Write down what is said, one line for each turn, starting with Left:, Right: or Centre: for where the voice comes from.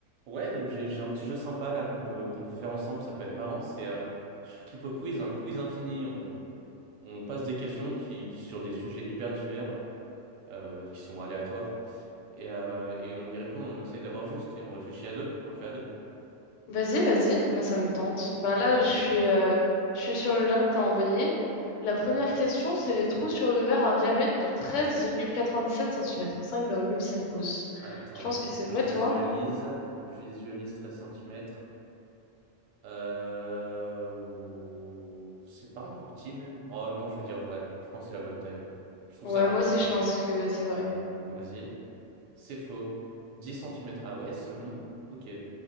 Right: Ouais, donc j'ai j'ai un petit jeu sympa là qu'on peut qu'on peut faire ensemble, ça peut être marrant. C'est euh, sur Kipo Quiz, un quiz infini. On, on passe des questions qui, qui sur des sujets hyper divers, euh, qui sont aléatoires, et, euh, et on y répond. On essaye d'avoir juste et on réfléchit à deux. On le fait à deux.
Left: Vas-y, vas-y, moi ça me tente. Bah là,
Right: Vas-y.
Left: je suis, euh, je suis sur le lien que t'as envoyé. La première question, c'est les trous sur le verre à un diamètre de treize virgule quatre-vingt-dix-sept centimètres cinq virgule cinq pouces.
Right: Attends,
Left: Je pense
Right: faut
Left: que
Right: que
Left: c'est vrai,
Right: je visualise.
Left: toi?
Right: Faut que je visualise 13 centimètres. Euh... ou- C'est pas un peu petit même? Oh non, je vais dire vrai. Je pense que c'est la bonne taille. Je trouve
Left: Ouais,
Right: ça.
Left: moi aussi je pense que c'est vrai.
Right: Vas-y. C'est faux. 10 centimètres. Ah ouais, seulement? Ok.